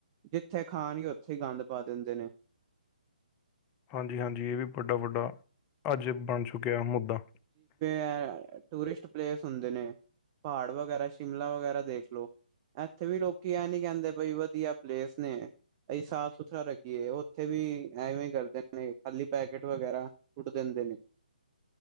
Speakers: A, on the right; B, on the left.
A: ਜਿੱਥੇ ਖਾਣਗੇ ਉੱਥੇ ਹੀ ਗੰਦ ਪਾ ਦਿੰਦੇ ਨੇ।
B: ਹਾਂਜੀ-ਹਾਂਜੀ ਇਹ ਵੀ ਵੱਡਾ-ਵੱਡਾ ਅੱਜ ਬਣ ਚੁੱਕਿਆ ਮੁੱਦਾ।
A: ਐ ਟੂਰਿਸਟ ਪਲੇਸ ਹੁੰਦੇ ਨੇ ਪਹਾੜ ਵਗੈਰਾ ਸ਼ਿਮਲਾ ਵਗੈਰਾ ਦੇਖ ਲੋ। ਇੱਥੇ ਵੀ ਲੋਕੀ ਐ ਨੀ ਕਹਿੰਦੇ ਬਈ ਵਧੀਆ ਪਲੇਸ ਨੇ। ਅਸੀਂ ਸਾਫ ਸੁਥਰਾ ਰੱਖੀਏ ਉੱਥੇ ਵੀ ਐਵੇਂ ਕਰਦੇ ਨੇ ਖਾਲੀ ਪੈਕੇਟ ਵਗੈਰਾ ਸੂਟ ਦਿੰਦੇ ਨੇ।